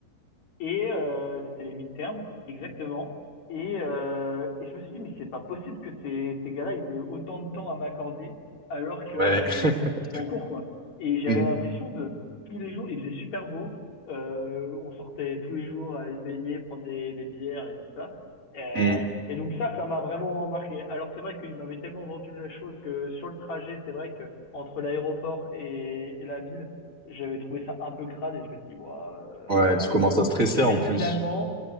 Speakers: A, on the left; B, on the right.
A: et euh, c'était les mid-terms, exactement. Et, euh, et je me suis dit, mais c'est pas possible que ces, ces gars-là, ils aient autant de temps à m'accorder alors que euh,
B: Ouais. <laughs>
A: ils sont en cours, quoi. Et j'avais
B: Mm,
A: l'impression de tous les jours, il faisait super beau. Euh, on sortait tous les jours à se baigner, prendre des, des bières et tout ça. Et,
B: mm.
A: et donc ça, ça m'a vraiment marqué. Alors que c'est vrai qu'il m'avait tellement vendu la chose que sur le trajet, c'est vrai que entre l'aéroport et, et la ville, j'avais trouvé ça un peu crade et je me suis dit, waouh, euh,
B: Ouais, tu commences
A: YOLO.
B: à stresser
A: Mais
B: en plus.
A: finalement,